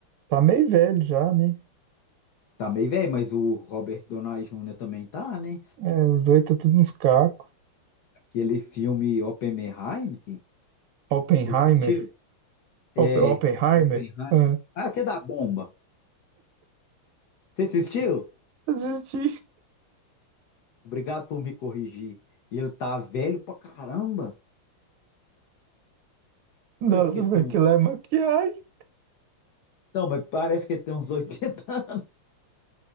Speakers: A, on the right; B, on the left.
A: Tá meio velho já, né?
B: Tá meio velho, mas o Robert Downey Jr. também tá, né?
A: É, os dois tá tudo uns cacos.
B: Aquele filme Oppenheimer, que
A: Oppenheimer.
B: você assistiu?
A: Op
B: É,
A: Oppenheimer.
B: Oppenheimer.
A: É.
B: Ah, que é da bomba. Você assistiu?
A: Assisti.
B: Obrigado por me corrigir. E ele tá velho pra caramba.
A: <laughs> Nossa,
B: Parece que ele
A: mas
B: tem uns
A: aquilo é maquiagem.
B: Não, mas parece que ele tem uns oitenta. anos.